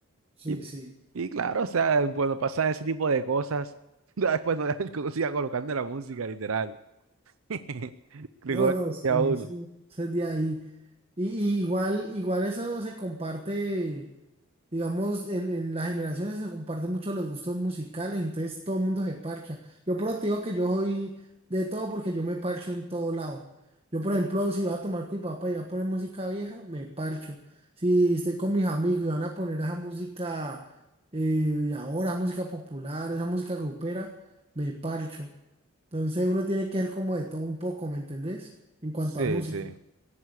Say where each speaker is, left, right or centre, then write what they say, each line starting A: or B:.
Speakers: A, on the right (about 30°); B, on the right (about 80°).
A: sí,
B: y
A: sí.
B: Y claro, o sea, cuando pasan ese tipo de cosas, <laughs> ya después no dejan que uno siga colocando la música, literal. <laughs> Digo,
A: No, no, sí,
B: ya uno.
A: eso- eso es de ahí. Y, y igual, igual eso se comparte Digamos, en, en las generaciones se comparten mucho los gustos musicales, entonces todo el mundo se parcha. Yo, pero te digo que yo soy de todo porque yo me parcho en todo lado. Yo, por ejemplo, si voy a tomar con mi papá y voy a poner música vieja, me parcho. Si estoy con mis amigos y van a poner esa música eh, de ahora, música popular, esa música grupera, me parcho. Entonces uno tiene que ser como de todo un poco, ¿me entendés? En cuanto
B: Sí,
A: a música.
B: sí.